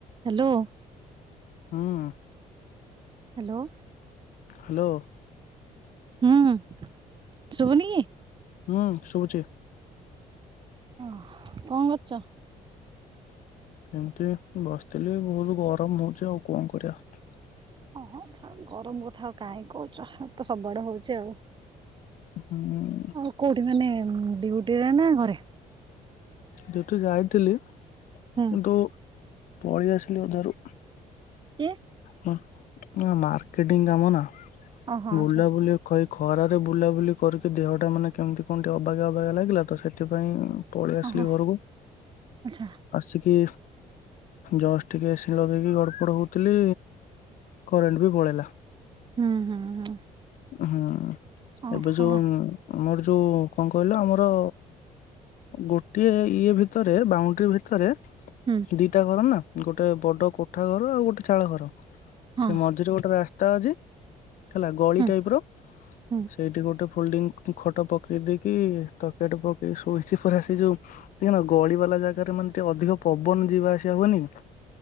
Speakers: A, on the right (about 30°); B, on the left (about 65°).
A: Hello.
B: ହଁ।
A: Hello.
B: Hello.
A: ହୁଁ ଶୁଭୁନିକି?
B: ହୁଁ ଶୁଭୁଛି।
A: ଓଃ କଣ କରୁଚ?
B: ଏମିତି ବସିଥିଲି ବହୁତ ଗରମ ହଉଛି ଆଉ କଣ କରିବା?
A: ଓହୋ ଛାଡ ଗରମ କଥା ଆଉ କାହିଁ କହୁଛ ତ ସବୁଆଡେ ହଉଛି ଆଉ।
B: ହୁଁ।
A: ଆଉ କେଉଁଠି ମାନେ ଡିୟୁଟିରେ ନା ଘରେ?
B: ଯେଠୁ ଯାଇଥିଲି
A: ହୁଁ।
B: କିନ୍ତୁ ପଳେଇ ଆସିଲି ଅଧାରୁ।
A: କି?
B: ମୋ ମୋ ମାର୍କେଟିଂ କାମ ନା
A: ଓହୋ
B: ବୁଲାବୁଲି
A: ଆଚ୍ଛା ଆଚ୍ଛା
B: କହି ଖରାରେ ବୁଲାବୁଲି କରିକି ଦେହଟା ମାନେ କେମିତି କଣଠି ଅବାଗିଆ ଅବାଗିଆ ଲାଗିଲା ତ ସେଥିପାଇଁ। ପଳେଇ ଆସିଲି
A: ଓହୋ
B: ଘରକୁ।
A: ଆଚ୍ଛା।
B: ଆସିକି ଜସ୍ ଟିକେ ଏସି ଲଗେଇକି ଗଡପଡ ହୋଉଥିଲି। କରେଣ୍ଟ ବି ପଳେଇଲା।
A: ହୁଁ ହୁଁ। ହୁଁ।
B: ହୁଁ
A: ଓହୋ।
B: ଏବେ ଯୋଉ ଆମର ଯୋଉ କଣ କହିଲ ଆମର ଗୋଟିଏ ଇଏ ଭିତରେ ବାଉଣ୍ଡ୍ରି ଭିତରେ
A: ହୁଁ।
B: ଦିଟା ଘର ନା ଗୋଟେ ବଡ କୋଠା ଘର ଆଉ ଗୋଟେ ଚାଳ ଘର
A: ହଁ
B: ସେ ମଝିରେ ଗୋଟେ ରାସ୍ ତା ଆଜି ହେଲା ଗଳି
A: ହୁଁ
B: ଟାଇପ୍ ର
A: ହୁଁ
B: ସେଇଠି ଗୋଟେ ଫୋଲଡିଙ୍ଗ ଖଟ ପକେଇ ଦେଇକି ତକିଆ ଟେ ପକେଇକି ଶୋଇସି ପୁରା ଆସି ଯୋଉ ଦେଖିନ ଗଳି ବାଲା ଜାଗାରେ ମାନେ ଟିକେ ଅଧିକ ପବନ ଯିବା ଆସିବା ହୁଏନି କି।